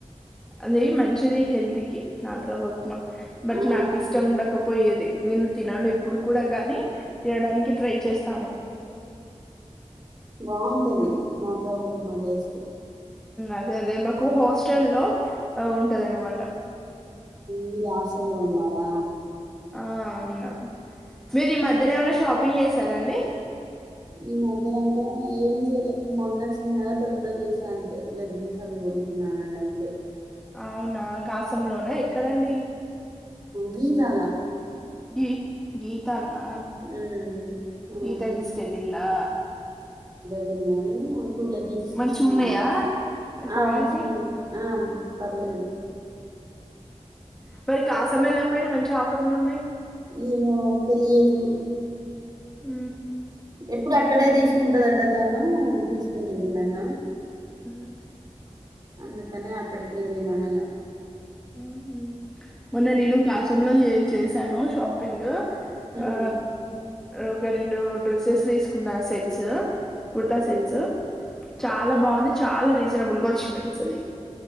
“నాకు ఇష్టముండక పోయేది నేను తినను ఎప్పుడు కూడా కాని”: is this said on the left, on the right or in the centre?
Centre